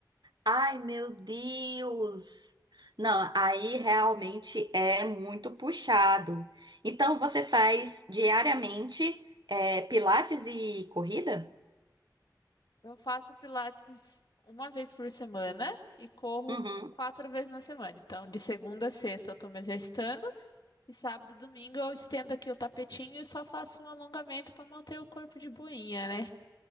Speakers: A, on the right; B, on the left.
A: Ai, meu Deus! Não, aí realmente é muito puxado. Então você faz diariamente é, pilates e corrida?
B: Eu faço pilates uma vez por semana e corro
A: Uhum.
B: quatro vezes na semana. Então, de segunda a sexta eu tô me exercitando e sábado e domingo eu estendo aqui o tapetinho e só faço um alongamento para manter o corpo de boinha, né?